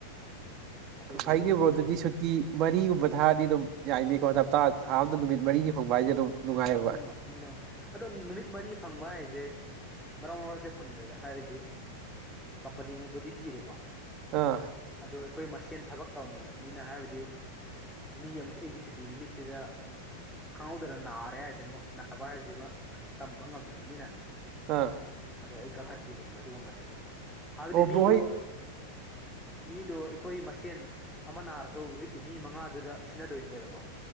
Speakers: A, in the centre; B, on the right (about 40°).
A: ꯑꯗꯨꯒꯤ
B: ꯍꯥꯏꯌꯦꯡꯗꯤ
A: ꯅꯣꯡꯃ
B: ꯕ꯭ꯔꯣ ꯑꯗꯨꯗꯤ ꯁꯨꯇꯤ ꯃꯔꯤꯒꯨꯝꯕ ꯊꯥꯔꯗꯤ ꯑꯗꯨꯝ ꯌꯥꯏꯅꯤꯀꯣ ꯍꯞꯇꯥ ꯊꯥ ꯑꯝꯗ ꯅꯨꯃꯤꯠ ꯃꯔꯤꯅꯤ ꯐꯪꯕ ꯍꯥꯏꯁꯦ ꯑꯗꯨꯝ ꯅꯨꯡꯉꯥꯏꯑꯕ
A: ꯎꯝ ꯑꯗꯣ ꯅꯨꯃꯤꯠ ꯃꯔꯤ ꯐꯪꯕ ꯍꯥꯏꯁꯦ ꯑꯁ ꯃꯔꯛ ꯃꯔꯛꯇ ꯐꯪꯗꯦꯗ ꯍꯥꯏꯔꯗꯤ ꯀꯝꯄꯅꯤꯅꯕꯨꯗꯤ ꯄꯤꯔꯦꯀꯣ
B: ꯑꯥ
A: ꯑꯗꯣ ꯑꯩꯈꯣꯏ ꯃꯁꯦꯟ ꯊꯕꯛ ꯇꯧꯃꯤꯟꯅꯕꯅꯤꯅ ꯍꯥꯏꯕꯗꯤ ꯃꯤ ꯑꯃꯁꯦ ꯑꯩꯒꯤ ꯁꯨꯇꯤ ꯅꯨꯃꯤꯠꯁꯤꯗ ꯈꯪꯍꯧꯗꯅ ꯅꯔꯦ ꯁꯤꯅꯣ ꯅꯥꯕ ꯍꯥꯏꯕꯁꯤꯃ ꯇꯝꯕ ꯉꯝꯗꯕꯅꯤꯅ
B: ꯑꯥ
A: ꯑꯗꯣ ꯑꯩ ꯀꯥꯈꯠ ꯄꯤꯔꯛꯑꯦꯕ ꯑꯗꯨꯒꯨꯝꯕꯗꯗꯤ ꯍꯥꯏꯕꯗꯤ
B: ꯑꯣ ꯕ꯭ꯔꯣ
A: ꯃꯤꯗꯨ
B: ꯍꯣꯏ
A: ꯃꯤꯗꯣ ꯑꯩꯈꯣꯏ ꯃꯁꯦꯟ ꯑꯃ ꯅꯥꯔꯁꯨ ꯍꯧꯖꯤꯛꯀꯤ ꯃꯤ ꯃꯉꯥꯗꯨꯗ ꯁꯤꯟꯅꯗꯣꯏꯅꯦꯕꯀꯣ